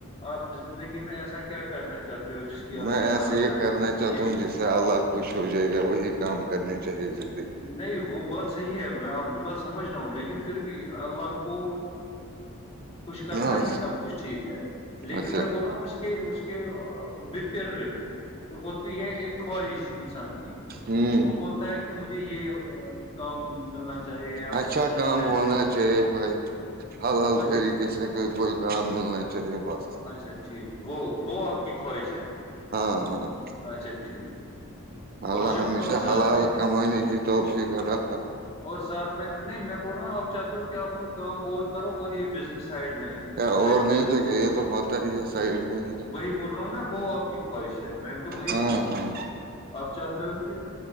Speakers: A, on the left (about 30°); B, on the right (about 45°).
A: آپ زندگی میں ایسا کیا کرنا چاہتے ہو جس کی آپ
B: میں
A: کی
B: ایسے
A: تمنا
B: یہ کرنا
A: ہے
B: چاہتا
A: یہ
B: ہوں جس سے الہ خوش ہو جائے گا وہی کام کرنے چاہیے زندگی
A: نہیں وہ بات صحیح ہے میں آپ کی بات سمجھ رہا ہوں لیکن پھر بھی اللہ کو کچھ کرنا
B: ہاں
A: ہی سب کچھ ٹھیک ہے لیکن
B: اچھا
A: میں بول رہا ہوں اس کے اس کے وپر ہوتی ہے ایک خواہش انسان کی
B: ہوں
A: وہ بولتا ہے کہ مجھے یہ کام ملنا چاہے چاہیے یا
B: اچھا
A: کچھ ہونا
B: کام
A: چاہیے ای سب
B: چاہیے بھائی حل حل
A: اچھا
B: طریقے
A: ٹھیک
B: سے کوئی کوئی کام ملنا چاہیے بس
A: اچھا ٹھیک وہ وہ آپ کی ہوئی سے
B: ہاں ہاں
A: اچھا ٹھیک ٹھیک
B: اللہ
A: اور
B: ہمیشہ
A: اور ساتھ
B: حل حال
A: میں
B: کمانے کی توفیقدا
A: اور ساتھ میں نہیں میں بول رہا ہوں آپ چاہتے ہو کہ آپ کوئی کام اور کرو اور یہ بزنس سائڈ میں ہے
B: کیا
A: سائڈ
B: اور نہیں
A: بزنس
B: تو کہ یہ تو پتا ہی یہ سائڈ میں ہی ہے
A: وہی بول رہا ہوں نا وہ آپ کی خواہش ہے میں تو وہی
B: ہاں
A: بول رہا
B: ہاں
A: ہوں آپ چاہتے ہو کہ